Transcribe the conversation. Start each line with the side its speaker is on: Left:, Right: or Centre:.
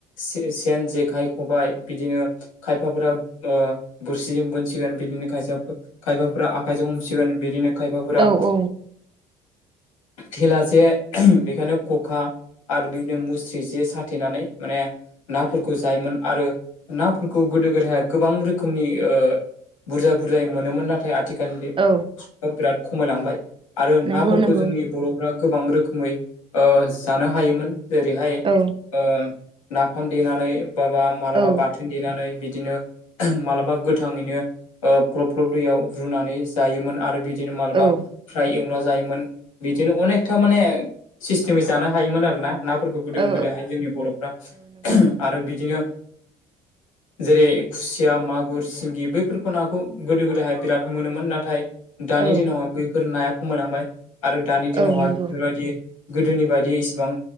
Left: से-सेन, जेखाइ, खबाय बिदिनो खायफाफोरा ओ बोरसिजों बोनसिगोन बिदिनो खाय खायफाफोरा आखायजों हमसि गोन बिदिनो खायफाफोरा
Right: औ औ
Left: थेलासे बेखायनो खखा आरो बिदिनो मुस्रि जे साथेनानै माने नाफोरखौ जायोमोन आरो नाफोरखौ गोदो-गोदाय गोबां रोखोमनि ओ बुरजा बुरजायै मोनोमोन। नाथाय आथिखालनि
Right: औ
Left: बिराद खमायलांबाय आरो
Right: नंगौ
Left: नाफोरखौ
Right: नंगौ
Left: जोंनि बर' गोबां रोखोमै ओ जानो हायोमोन। जेरैहाय
Right: औ
Left: ओ नाफाम देनानै बाबा मालाबा
Right: औ
Left: बाथोन देनानै बिदिनो मालाबा गोथाङैनो ओ ग्लब ग्लब दैयाव रुनानै जायोमोन आरो बिदिनो मालाबा
Right: औ
Left: फ्राय एवना जायोमोन बिदिनो अनेक्था माने सिस्टेमै जानो हायोमोन आरोना। नाफोरखौ गोदो-गोदायहाय
Right: औ
Left: जोंनि बर'फ्रा
Right: नंगौ
Left: आरो बिदिनो जेरै खुसिया, मागुर, सिंगि बैफोरखौ नाखौ गोदो-गोदायहाय बिराद मोनोमोन। नाथाय दानि
Right: औ
Left: दिनावहाय बैफोर नाया खमायलांबाय आरो दानि दिनावहाय
Right: औ नंगौ
Left: बेफोरबायदि गोदोनि बायदि इसिबां